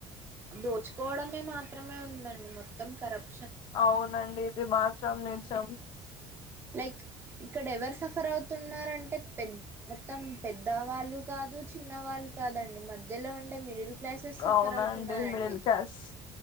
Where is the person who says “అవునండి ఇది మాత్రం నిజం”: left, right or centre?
Left